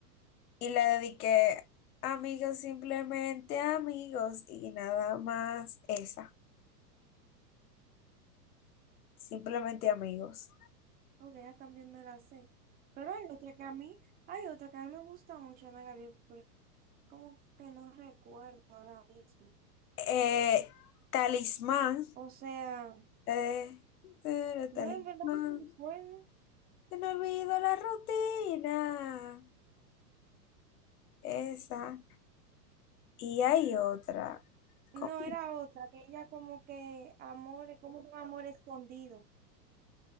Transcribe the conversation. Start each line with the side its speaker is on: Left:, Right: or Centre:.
Left: Y la dediqué, amigos, simplemente amigos y nada más esa. Simplemente amigos.
Right: porque ya también me la sé. Pero hay otra que a mí, hay otra que a mí me gusta mucho, Ana Gabriel, pero como que no recuerdo ahora mismo.
Left: Eh, talismán.
Right: O sea,
Left: eh, eh,
Right: no,
Left: talismán.
Right: en verdad no recuerdo.
Left: Que no olvido la rutina. Esa. Y hay otra. ¿Cómo?
Right: No, era otra, que ella como que amor, como un amor escondido.